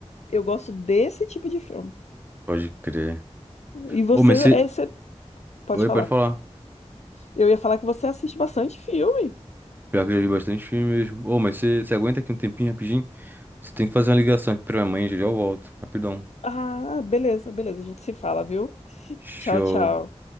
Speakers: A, on the left (about 75°); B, on the right (about 15°).
A: eu gosto desse tipo de filme.
B: Pode crer.
A: E você,
B: Ô, mas você.
A: é, você pode
B: Oi,
A: falar.
B: pode falar.
A: Eu ia falar que você assiste bastante filme.
B: Pior que eu já vi bastante filme mesmo. Ô, mas você você aguenta aqui um tempinho rapidinho? Você tem que fazer uma ligação aqui pra minha mãe, já já eu volto. Rapidão.
A: Ah, beleza, beleza. A gente se fala, viu? <laughs>
B: Show.
A: Tchau, tchau.